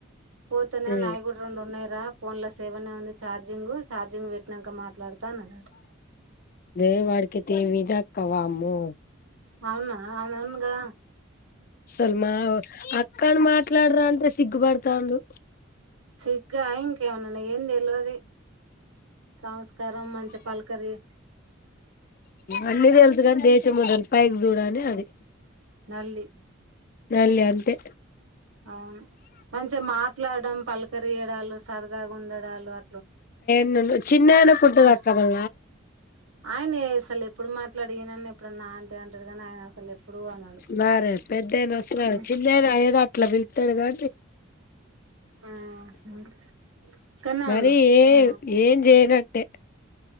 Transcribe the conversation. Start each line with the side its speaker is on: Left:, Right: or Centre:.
Right: పోతేనే
Left: ఉమ్.
Right: నాయకుడు రెండు ఉన్నాయరా ఫోన్ లో సేవనే ఉంది చఛార్జింగ్ చార్జింగ్ పెట్టినాక మాట్లాడతానదట
Left: దే వాడకెతేేవి ఇజా కవాము
Right: అవునా ఆన్గా
Left: సల్మా కానీ మాట్లాడరా అంటే సిగ్గుపడతాండు
Right: సిగ్ ఇంకవనా అ ఏం తెలివదు సంస్కారం మంచి పలకరిీ
Left: అన్నీది ఎల్సుగాని దేశం మొద పైకి చూడ అనే అది
Right: నల్లి
Left: మళ్ళీ అంతే
Right: అవును మంచిగా మాట్లాడడం పలకరియడాలు సరదాగా ఉండడాలు అ
Left: న్నన్న చిన్నన్న ఫడ్గాకవ
Right: ఉమ్, ఆయన అసలు ఎప్పుడు మాట్లాడినన్న ఇప్పుడు నా అంట అంటడుగానీ ఆయన అసలు ఎప్పుడు అనడు
Left: మరే పెద్దైనా వస్తున్నారు
Right: ఉమ్,
Left: చిన్నైనా ఏదో అట్లాి త్తడగా
Right: ఆ, ఉండు. ఇక్కడనే
Left: మరి
Right: ఉండు
Left: ఏ
Right: ఆ,
Left: ఏం చేయన ంత